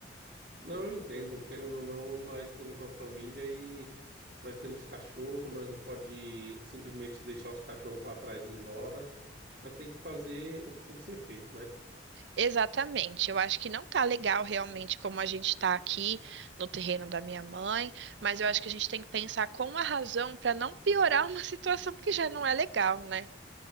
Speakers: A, on the right (about 50°); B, on the right (about 75°).
A: Não, eu entendo, querendo ou não, nós temos uma família e nós temos cachorro, nós não pode simplesmente deixar os cachorros para trás e ir embora. Nós tem que fazer o que tem que ser feito, né?
B: Exatamente. Eu acho que não tá legal realmente como a gente tá aqui no terreno da minha mãe, mas eu acho que a gente tem que pensar com a razão pra não piorar <laughs> uma situação que já não é legal, né?